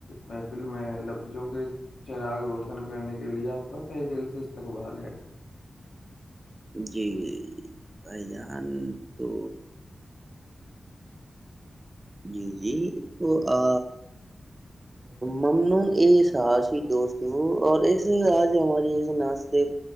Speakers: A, on the left; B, on the right.
A: محفل میں لب جو کہ چراغ روشن کرنے کے لیے آپ کا طہ دل سے استقبال ہے
B: جی جیی بھائی جان تو جی جی تو آ ممنون یہ ساسیی دوست اور اس آج ہماری اس نا ایک